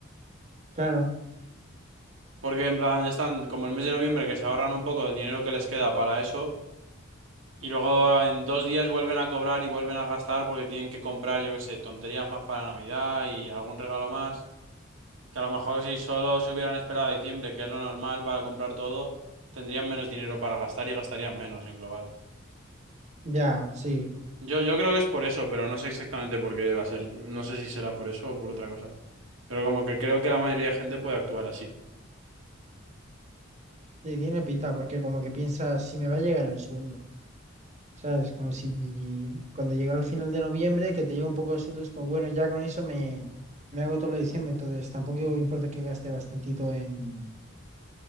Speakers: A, on the right; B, on the right.
A: claro.
B: Porque en plan están como el mes de noviembre que se ahorran un poco del dinero que les queda para eso. Y luego en dos días vuelven a cobrar y vuelven a gastar porque tienen que comprar, yo qué sé, tonterías más para Navidad y algún regalo más. Que a lo mejor si solo se hubieran esperado a diciembre, que es lo normal para comprar todo, tendrían menos dinero para gastar y gastarían menos en global.
A: Ya, sí.
B: Yo, yo creo que es por eso, pero no sé exactamente por qué debe ser. No sé si será por eso o por otra cosa. Pero como que creo que la mayoría de gente puede actuar así.
A: Sí, tiene pita, porque como que piensas, si me va a llegar el sueldo, ¿sabes? Como si cuando llegara al final de noviembre, que te llega un poco de sueldo, es como, bueno, ya con eso me, me hago todo lo de diciembre, entonces tampoco importa que gaste bastantito en,